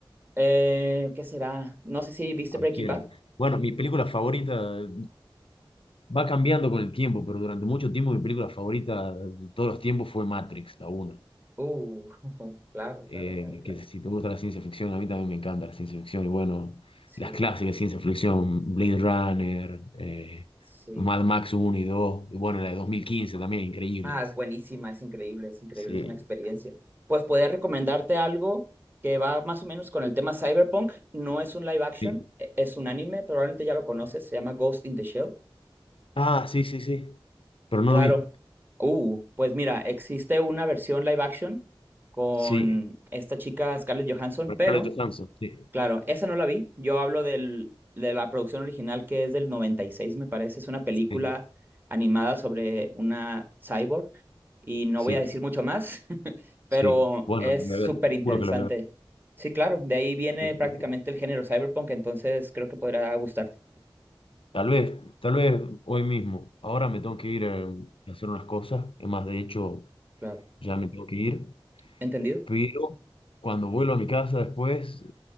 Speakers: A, on the right; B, on the left.
A: Eh, ¿qué será? No sé si viste
B: cualquiera?
A: Breaking Bad.
B: Bueno, mi película favorita va cambiando con el tiempo, pero durante mucho tiempo mi película favorita de todos los tiempos fue Matrix, la uno.
A: Uh, <laughs> claro, claro,
B: eh,
A: claro, claro.
B: que si te gusta la ciencia ficción, a mí también me encanta la ciencia ficción. Y bueno,
A: Sí,
B: las clásicas de ciencia ficción, Blade Runner, eh,
A: sí.
B: Mad Max uno y 2 y bueno, la de 2015 también, increíbles.
A: Ah, es buenísima, es increíble, es increíble,
B: Sí,
A: es una experiencia. Pues podría recomendarte algo que va más o menos con el tema Cyberpunk. No es un live action,
B: sí.
A: e- es un anime, probablemente ya lo conoces, se llama Ghost in the Shell.
B: Ah, sí, sí, sí. Pero no
A: Claro.
B: lo vi.
A: Uh, pues mira, existe una versión live action con
B: Sí,
A: esta chica Scarlett Johansson,
B: por
A: pero
B: Scarlett Johansson, sí,
A: Claro, esa no la vi. Yo hablo del, de la producción original que es del 96, me parece. Es una película
B: sí,
A: animada sobre una cyborg y no
B: sí,
A: voy a decir mucho más, <laughs> pero
B: sí. Bueno,
A: es
B: lo voy
A: súper
B: a ver, te
A: interesante.
B: juro que lo voy a
A: Sí, claro, de ahí viene
B: ver.
A: prácticamente el género cyberpunk, entonces creo que podrá gustarte.
B: Tal vez, tal vez hoy mismo. Ahora me tengo que ir eh, a hacer unas cosas. Es más, de hecho,
A: Claro.
B: ya me tengo que ir.
A: ¿Entendido?
B: pero cuando vuelvo a mi casa después,